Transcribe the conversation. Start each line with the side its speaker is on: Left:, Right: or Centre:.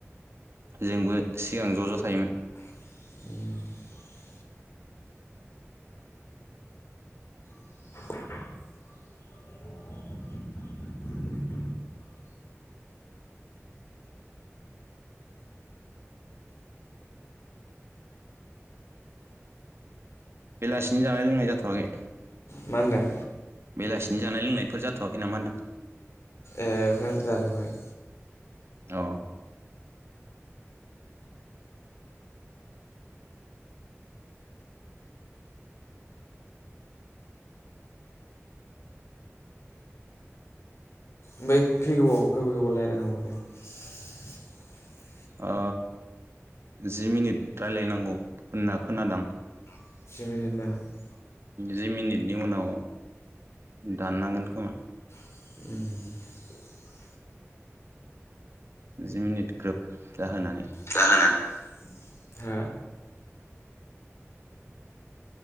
Right: जोंबो सिगां ज' ज' थायोमोन।
Left: <inaudible> <inaudible>
Right: बेलासिनि जानाय लोंनाय जाथ'वाखै?
Left: मा होनदों?
Right: बेलासिनि जानाय लोंनायफोर जाथ'वाखै नामा होनदों?
Left: ए ओहो जाथ'वाखै।
Right: औ
Left: ओमफ्राय खै गोबाव खै गोबाव रायलायनांगौ बेयाव? <inaudible>
Right: ओ जि मिनिट रायलायनांगौ होनना खोनादां।
Left: <unintelligible>
Right: जि मिनिटनि उनाव दाननांगोन खोमा।
Left: ओम
Right: जि मिनिट ग्रोब जाहोनानै।
Left: जाहोनानै हो